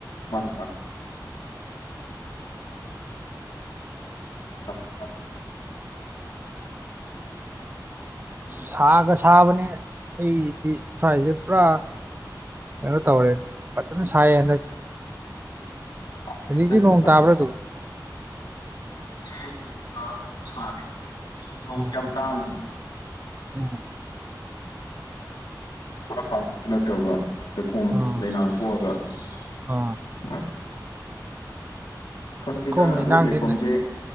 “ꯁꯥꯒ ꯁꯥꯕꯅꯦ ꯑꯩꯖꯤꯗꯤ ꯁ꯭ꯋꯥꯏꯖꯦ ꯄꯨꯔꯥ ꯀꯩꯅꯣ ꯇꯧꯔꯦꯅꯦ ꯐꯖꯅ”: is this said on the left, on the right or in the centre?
Right